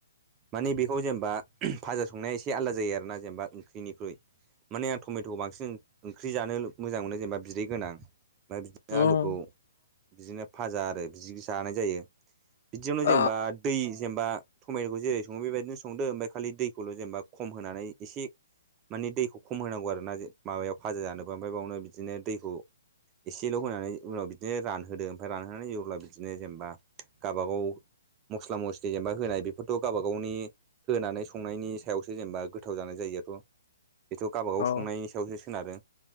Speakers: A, on the right (about 20°); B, on the left (about 55°).
A: माने बेखौ जेनेबा फाजा संनाया एसे आलादा जायो आरोोना जेनेबा ओंख्रिनिख्रुइ माने आं टमेट'खौ बांसिन ओंख्रि जानो मोजां मोनो जेनेबा बिदै गोनां ओमफ्राय बिदिनो
B: उम
A: आलुखौ बिदिनो फाजा आरो बिदि जानाय जायो। बिदियावनो
B: अ
A: जेनेबा दै जेनेबा टमेट'खौ जेरै सङो बेबायदिनो संदो ओमफ्राय खालि दैखौल' जेनेबा खम होनानै एसे माने दैखौ खम होनांगौ आरो ना माबायाव फाजा जानोबो ओमफ्राय बेयावनो बिदिनो दैखौ एसेल' होनानै उनाव बि बिदिनो रानहोदों ओमफ्राय रानहोनानै जेब्ला बिदिनो जेनेबा गावबागाव मस्ला मस्लि जेनेबा होनाय बेफोरथ' गावबा गावनि होनानै संनायनि सायावसो जेनेबा गोथाव जानाय जायो बेथ' गाव गाव
B: औ
A: संनायनि सायावसो सोनारो